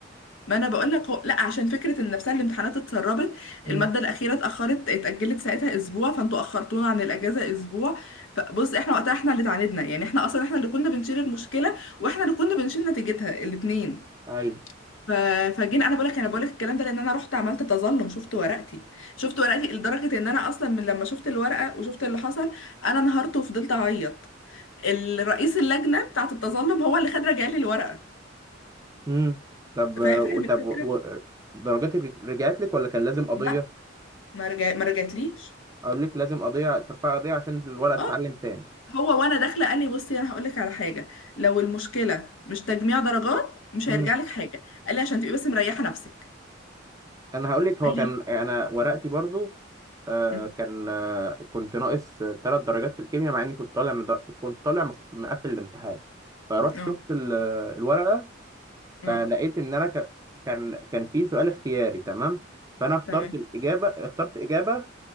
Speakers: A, on the left; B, on the right.
A: ما انا بقول لك هو... لا عشان فكره ان نفسها الامتحانات اتسربت
B: <laughs>
A: الماده الاخيره اتاخرت اتاجلت ساعتها اسبوع فانتوا اخرتونا عن الاجازه اسبوع فبص احنا وقتها احنا اللي اتعاندنا يعني احنا اصلا احنا اللي كنا بنشيل المشكله واحنا اللي كنا بنشيل نتيجتها الاثنين
B: امم
A: ف... فجينا انا بقول لك انا بقول لك الكلام ده لان انا رحت عملت تظلم شفت ورقتي شفت ورقتي لدرجه ان انا اصلا من لما شفت الورقه وشفت اللي حصل انا انهارت وفضلت اعيط الرئيس اللجنه بتاعه التظلم هو اللي خد رجع لي الورقه
B: امم طب و-
A: فا- فاهم الفكره
B: طب و- و- درجاتك رجعت لك ولا كان لازم قضيه
A: لا ما رجع ما رجعتليش
B: اقول لك لازم قضيه ترفع قضيه عشان الورقه تتعلم
A: اه
B: تاني
A: هو وانا داخله قال لي بصي انا هقول لك على حاجه لو المشكله مش تجميع درجات مش
B: امم
A: هيرجع لك حاجه قال لي عشان تبقي بس مريحه نفسك
B: انا هقول لك هو
A: قال
B: كان
A: لي
B: انا ورقتي برضو آه
A: أمم،
B: كان آه كنت ناقص ثلاث درجات في الكيمياء مع اني كنت طالع من در... كنت طالع مص- مقفل الامتحان فروحت
A: اه
B: شفت ال- الورقه
A: اه
B: فلقيت ان انا ك... كان كان في سؤال اختياري تمام فانا اخترت
A: تمام
B: الاجابه اخترت اجابه